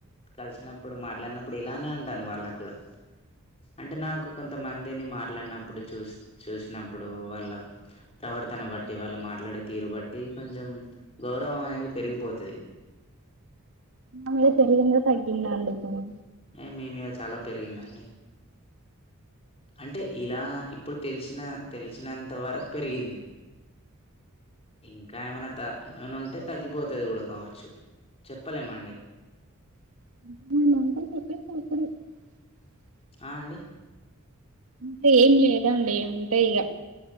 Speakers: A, on the left (about 30°); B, on the right (about 75°).
A: కలిసినప్పుడు మాట్లాడినప్పుడు ఇలానే అంటాను వాళ్ళకు కూడా అంటే నాకు కొంతమంది దేని మాట్లాడినప్పుడు చూ చూసినప్పుడు వాళ్ళ ప్రవర్తన బట్టి వాళ్ళు మాట్లాడే తీరు బట్టి కొంచెం గౌరవం అనేది పెరిగిపోతుది
B: నా మీద పెరిగిందా తగ్గిందా అండి ఇప్పుడు
A: ఏ మీ మీద చాలా పెరిగిందండి అంటే ఇలా ఇప్పుడు తెలిసిన తెలిసినంత వరకు పెరిగింది ఇంకా ఏమన్నా త ఉంటే తగ్గిపోతుంది కూడా కావచ్చు చెప్పలేమ అండి
B: <inaudible>
A: ఆ అండి
B: అంటే ఏం లేదండి అంతే ఇక